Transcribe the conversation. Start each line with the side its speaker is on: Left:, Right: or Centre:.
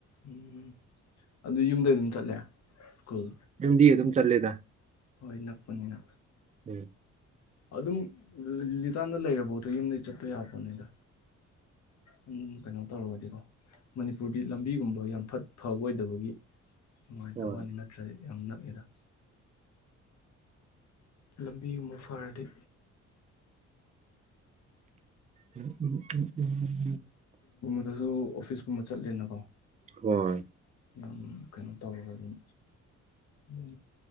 Left: ꯎꯝ ꯑꯗꯨ ꯌꯨꯝꯗꯩ ꯑꯗꯨꯝ ꯆꯠꯂꯦ ꯁ꯭ꯀꯨꯜ
Right: ꯌꯨꯝꯗꯤ ꯑꯗꯨꯝ ꯆꯠꯂꯦꯗ
Left: ꯍꯣꯏ ꯅꯛꯄꯅꯤꯅ
Right: ꯎꯝ
Left: ꯑꯗꯨꯝ ꯂꯤ ꯂꯤꯇꯥꯟꯗ ꯂꯩꯔꯕꯥꯎꯗ ꯌꯨꯝꯗꯩ ꯆꯠꯄ ꯌꯥꯄꯣꯠꯅꯤꯗ ꯑꯗꯨꯝ ꯀꯩꯅꯣ ꯇꯧꯔꯒꯗꯤꯀꯣ ꯃꯅꯤꯄꯨꯔꯗꯤ ꯂꯝꯕꯤꯒꯨꯝꯕ ꯌꯥꯝ ꯐꯠ ꯐꯕ ꯑꯣꯏꯗꯕꯒꯤ ꯅꯨꯡꯉꯥꯏꯇꯕ
Right: ꯍꯣꯏ
Left: ꯋꯥꯅꯤ ꯅꯠꯇ꯭ꯔꯗꯤ ꯌꯥꯝ ꯅꯛꯑꯦꯗ ꯂꯝꯕꯤꯒꯨꯝꯕ ꯐꯔꯗꯤ
Right: ꯎꯝ ꯎꯝ ꯎꯝ ꯎꯝ ꯎꯝ ꯎꯝ
Left: ꯑꯗꯨꯁꯨ ꯑꯣꯐꯤꯁꯀꯨꯝꯕ ꯆꯠꯂꯦꯅꯀꯣ
Right: ꯍꯣꯏ
Left: ꯑꯗꯨꯝ ꯀꯩꯅꯣ ꯇꯧꯔꯒ ꯑꯗꯨꯝ ꯎꯝ